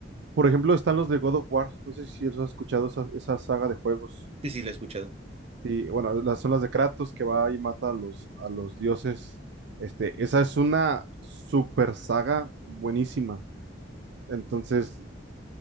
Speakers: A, on the right (about 65°); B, on the right (about 35°).
A: por ejemplo, están los de God of War. No sé si has escuchado esa, esa saga de juegos.
B: Sí, sí, la he escuchado.
A: Y bueno, las son las de Kratos que va y mata a los, a los dioses. Este, esa es una super saga buenísima. Entonces,